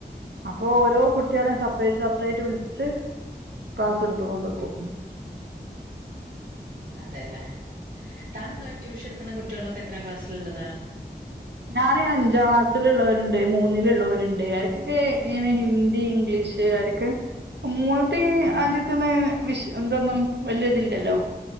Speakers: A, on the right; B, on the right.
A: അപ്പൊ ഓരോ കുട്ട്യേളേം സപ്പറേറ്റ് സപ്പറേറ്റ് വിൾച്ച് ക്ലാസ്സ്ട്ത്ങ്ങേണ്ട്ക്കും
B: ഉം അതേ ല്ലേ താങ്കൾ ട്യൂഷൻട്ക്ക്ണ കുട്ട്യോളൊക്കെ എത്രാം ക്ലാസ്ൾള്ളതാ
A: ഞാന് അഞ്ചാം ക്ലാസ്സില്ള്ളോര്ണ്ട് മൂന്നില്ള്ളോര്ണ്ട് ആരക്കൊക്കെ ഇങ്ങനെ ഹിന്ദി ഇംഗ്ലീഷ് ആ കെ മൂന്ന്ത്തീം
B: ഉം
A: അഞ്ചത്തൊന്ന് ങ്ങനെ വിശ് ന്തൊന്നും വല്യതില്ലല്ലോ